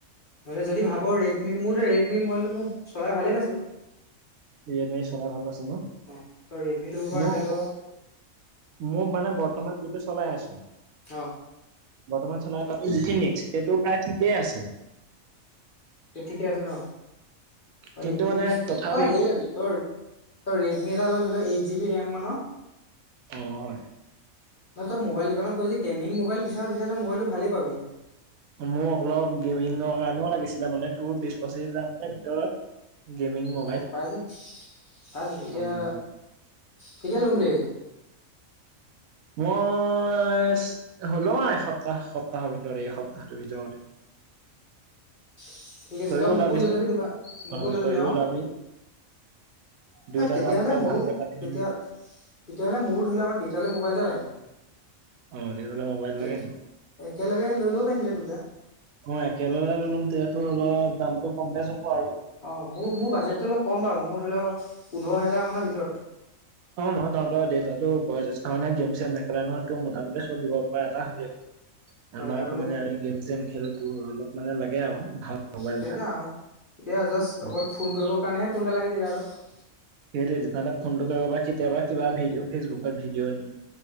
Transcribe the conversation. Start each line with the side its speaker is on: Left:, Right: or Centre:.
Left: নহ'লে যদি ভাব ৰেডমি মোৰতো ৰেডমি মোবাইলটো মোৰ চলাই ভালেই পাইছোঁ।
Right: ৰেডমি চলাই ভাল পাইছে ন?
Left: অ তই ৰেডমি ল'ব পাৰ'
Right: মোৰ
Left: ধৰি ল
Right: মোৰ মানে বৰ্তমান যিটো চলাই আছো
Left: অ
Right: বৰ্তমান চলাই থকাটো ইনফিনিক্স সেইটো প্ৰায় ঠিকেই আছে।
Left: এইটো ঠিকে আছে ন? অ
Right: কিন্তু
Left: ইনফিনিক্সটো
Right: মানে তথাপিও
Left: তই হেৰি লবি তোৰ তই ৰেডমি এটা ল ধৰ, এইট জিবি ৰেম মানৰ।
Right: অঁ, হয়।
Left: তই মোবাইল দোকানত গৈ যদি গেমিং মোবাইল বিচাৰ তেতিয়া তই মোবাইলটো ভালেই পাবি।
Right: মোৰ অলপ গেমিঙৰ কাৰণেও লাগিছিলে মানে তোৰ বিশ পঁচিশাৰ মানে ভিতৰত। গেমিং মোবাইল
Left: অঁ, পাই যাবি পাই যাবি, এতিয়া
Right: পাব লাগিব
Left: কেতিয়া ল'ম বুলি ভাবিছ?
Right: মই লম আৰু এসপ্তাহ সপ্তাহৰ ভিতৰ এসপ্তাহটোৰ ভিতৰতে।
Left: <inaudible> ঠিক আছে,
Right: তইও
Left: তই
Right: ওলাবিচোন
Left: মোকো লৈ যাবি দোকান মোকো
Right: অ
Left: লৈ
Right: তইও
Left: যাবি, অ।
Right: ওলাবি দুইটা
Left: তেতিয়াহ'লে
Right: যাম তই
Left: মইয়ো
Right: ভালকে পাতি
Left: তেতিয়া
Right: মেলি
Left: তেতিয়াহ'লে মোৰো ধৰি লও আমাৰ দেউতালৈ মোবাইল এটা লাগে।
Right: অ তেতিয়াহ'লে মোবাইল লাগে
Left: একে,
Right: নি
Left: একেলগে লৈ ল'ব পাৰিম তেতিয়া দুটা।
Right: অঁ, একেলগে লৈ লম তেতিয়া তোৰ অলপ দামটো কম বেছ হব আৰু।
Left: অঁ, মোৰ মোৰ বাজেটটো অলপ কম বাৰু মোৰ ধৰি লও পোন্ধৰ হোজাৰ মানৰ ভিতৰত।
Right: অঁ, নহয় তাহঁতৰ দেউতাতো বয়জেষ্ঠ গেম চেমে নেখেলে নহয় তোৰ, মোটামুটি চলিব পৰা এটা হলেই।
Left: হয়
Right: আমাৰ
Left: আৰু
Right: আকৌ মানে আমি গেম চেম খেলোটো অলপ মানে লাগে আৰু ভাল মোবাইল
Left: সেইটোৱে
Right: এটা।
Left: আৰু এতিয়া জাষ্ট
Right: উম।
Left: অকল ফোন কৰিবৰ কাৰণেহে ফোন এটা লাগে দেউতাহঁতক।
Right: সেইটোয়েটো তাহাতি ফোনটো কৰিব কেতিয়াবা কিবা ভিডিঅ' ফেচবুকত ভিডিঅ' এনে